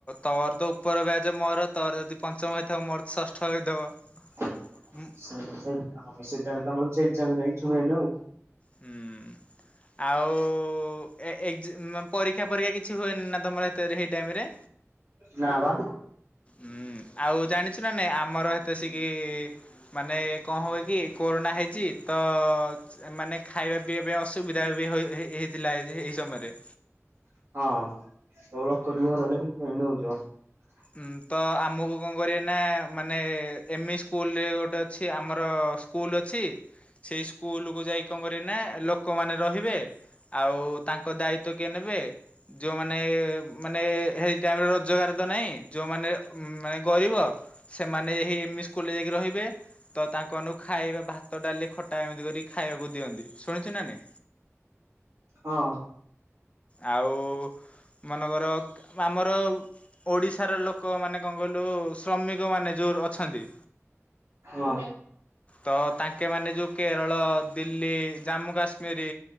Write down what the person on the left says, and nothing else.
ତୋର ତ ଉପର ବ୍ୟାଜ ମୋର ତୋର ଯଦି ପଞ୍ଚମ ହେଇଥିବ ମୋର ତ ଷଷ୍ଠ ହେଇଥିବ।
ହୁଁ। ହୁଁ ଉଁ। ଆଉ ଏ-ଏ-ଏକ୍ଜ ପରୀକ୍ଷା ପରୀକ୍ଷା କିଛି ହୁଏନି ନା ତମର ହେତ ହେଇ ଟାଇମରେ।
ହୁଁ। ଆଉ ଜାଣିଛୁ ନା ନାଇଁ ଆମର ହେତେ ସିକିି ମାନେ କଣ ହୁଏ କି କୋରୋନା ହେଇଚି। ତ ଅ ମାନେ ଖାଇବା ପିଇବା ପାଇଁ ଅସୁବିଧା ବି ହୋଇ ହେଇଥିଲା ଏଇ ସମୟରେ।
ହୁଁ ତ ଆମକୁ କଣ କରିବେ ନା ମାନେ ଏମି ସ୍କୁଲରେ ଗୋଟେ ଅଛି ଆମର ସ୍କୁଲ ଅଛି ସେଇ ସ୍କୁଲ କୁ ଯାଇ କଣ କରିଏ ନା ଲୋକ ମାନେ ରହିବେ ଆଉ ତାଙ୍କ ଦାୟିତ୍ୱ କିଏ ନେବେ ଯୋଉମାନେ ନେ ମାନେ ହେଇ ଟାଇମ୍ ରେ ରୋଜଗାର ତ ନହିଁ ଯୋଉମାନେ ମନେ ଗରିବ ସେମ ମାନେ ହେଇ ଏମି ସ୍କୁଲରେ ଯାଇକି ରହିବେ ତ ତାଙ୍କମାନଙ୍କୁ ଖାଇବା ଭାତ ଡାଲି ଖଟା ଏମିତି କରି ଖାଇବାକୁ ଦିଅନ୍ତି ଶୁଣିଛୁ ନା ନାଇ।
ଆଉ ମନେକର ଆମର ଓଡିଶା ସାର ଲୋକ ମାନେ କଣ କହିଲୁ ଶ୍ରମିକ ମାନେ ଜୋର ଅଛନ୍ତି।
ତ ତାଙ୍କେ ମାନେ ଯୋଉ କେରଳ, ଦିଲ୍ଲୀ, ଜାମ୍ମୁ, କାଶ୍ମୀରି